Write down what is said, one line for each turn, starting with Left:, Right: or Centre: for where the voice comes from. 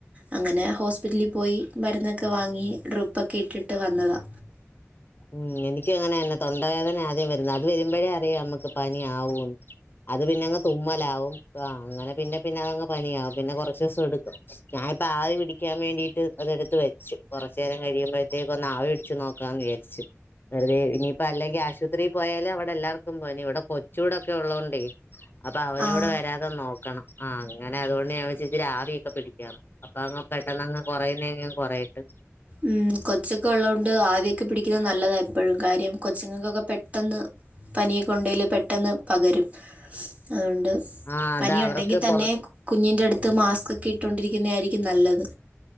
Right: അങ്ങനെ ഹോസ്പിറ്റലി പോയി മരുന്നൊക്കെ വാങ്ങി ഡ്രിപ്പൊക്കെ ഇട്ടിട്ട് വന്നതാ
Left: ഉം എനിക്കങ്ങനെ തന്നെ തൊണ്ടവേദന ആദ്യം വരുന്നെ അത് വരുമ്പഴേ അറിയാം നമുക്ക് പനിയാവൂന്ന് അത് പിന്നങ്ങ് തുമ്മലാവും ആഹ് അങ്ങനെ പിന്നെ പിന്നെ അതങ്ങ് പനിയാവും പിന്നെ കൊറച്ച് ദിവസം എടുക്കും ഞാാനിപ്പ ആവി പിടിക്കാൻ വേണ്ടീട്ട് അതെടുത്ത് വെച്ചു കൊറച്ച് നേരം കഴിയുമ്പഴത്തേക്ക് ഒന്ന് ആവി പിടിച്ചു നോക്കാന്ന് വി ച്ച് വെറുതെ ഇനിയിപ്പ അല്ലെങ്കി ആശു ത്രീ പോയാല് അവിടെ എല്ലാർക്കും പനി ഇവിടെ കൊച്ചൂടൊക്കെ ഉള്ളോണ്ടേ അപ്പൊ അവനൂടെ
Right: ആ
Left: വരാ തെ നോക്കണം ആഹ് അങ്ങനെ അതുകൊണ്ട് ഞാൻ വിചാരിച്ച് ആവിയൊക്കെ പിടിക്കാന്ന് അപ്പൊ അങ്ങ് പെട്ടന്നങ്ങ് കൊറയുന്നെങ്ങി അങ്ങ് കൊറയട്ട്
Right: ഉം കൊച്ചൊക്കെ ഒള്ളോണ്ട് ആവിയൊക്കെ പിടിക്കുന്നത് നല്ലതാ എപ്പഴും കാര്യം കൊച്ചുങ്ങക്കൊക്കെ പെട്ടെന്ന് പനിയൊക്കെയൊണ്ടേല് പെട്ടെന്ന് പകരും അതുകൊണ്ട്
Left: ആ അതാ
Right: പനിയുണ്ടെങ്കി
Left: അവർക്ക്
Right: തന്നെ
Left: പൊറ
Right: കുഞ്ഞിന്റെ അടുത്ത് മാസ്കൊക്കെ ഇട്ടോണ്ടിരിക്കുന്നയാരിക്കും നല്ലത്